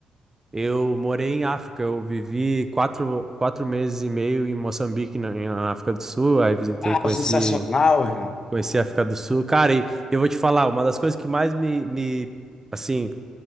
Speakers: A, on the right; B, on the left.
A: eu morei em África. Eu vivi quatro, quatro meses e meio em Moçambique, na, na África do Sul. Aí visitei,
B: ah,
A: conheci,
B: sensacional, irmão.
A: conheci a África do Sul. Cara, e eu vou te falar, uma das coisas que mais me, me, assim,